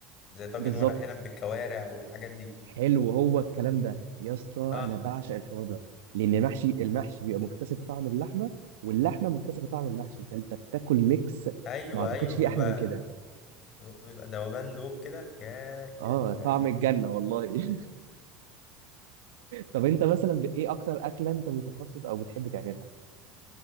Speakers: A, on the left; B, on the right.
A: زي طاجن
B: بالظبط
A: ورق عنب بالكوارع والحاجات دي
B: حلو هو الكلام ده يا اسطى
A: اه
B: انا بعشق الحوار ده لان المحشي المحشي بيبقى مكتسب طعم اللحمه واللحمه مكتسبه طعم المحشي فانت بتاكل ميكس
A: ايوه
B: ما اعتقدش
A: ايوه
B: فيه
A: بيبقى
B: احلى من كده
A: بيبقى دوبان دوب كده ياه ياه
B: اه طعم الجنه والله <laughs> طب انت مثلا ب- ايه اكتر اكله انت متخصص او بتحب تعملها